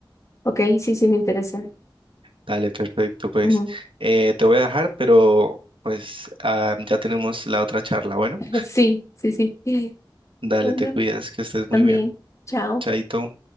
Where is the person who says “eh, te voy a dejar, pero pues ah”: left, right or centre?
Right